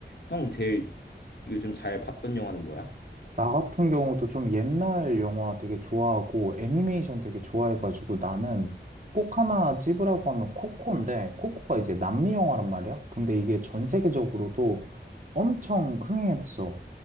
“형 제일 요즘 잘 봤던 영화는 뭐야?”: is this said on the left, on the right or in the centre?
Left